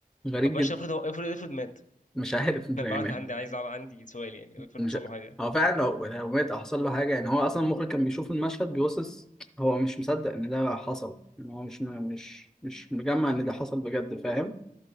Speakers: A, in the centre; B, on the left (about 60°).
A: غريب
B: طب
A: جدا
B: ماشي افرض هو افرض افرض مات
A: مش عارف
B: <laughs>
A: مش
B: انا
A: يعني
B: بقى عندي عايز أعرف- عندي سؤال يعني افرض
A: مش
B: حصل له حاجه
A: هو فعلا لو يعني لو مات او حصل له حاجه يعني هو اصلا المخرج كان بيشوف المشهد بيبصص هو مش مصدق ان ده حصل ان هو مش مش مش مجمع ان ده حصل بجد فاهم